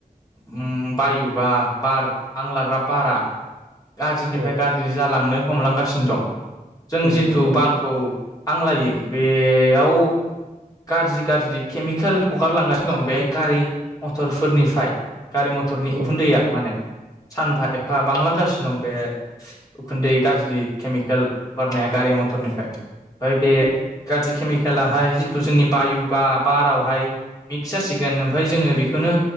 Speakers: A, on the left (about 25°); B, on the right (about 70°).
A: उम बायु बा बार हांलाग्रा बारा गाज्रिनिफ्राय
B: औ
A: गाज्रि जालांनो हमलांगासिनो दं। जों
B: औ
A: जिथु
B: नंगौ नोंथां
A: बारखौ हांलायो बेयाव गाज्रि गाज्रि केमिकेल हगारलांगासिनो दं बे गारि मथरफोरनिफाय। गारि मथरनि उखुन्दैया
B: औ
A: माने। सानफा एफा बांलांगासिनो दं बे उखुन्दै गाज्रि केमिकेल बारनाया गारि मथरनिफ्राय ओमफाय बे गाज्रि केमिकेेलाहाय जि थु जोंनि बायु बा बारावहाय मिक्स जासिगोन ओमफाय जोङो बेखौनो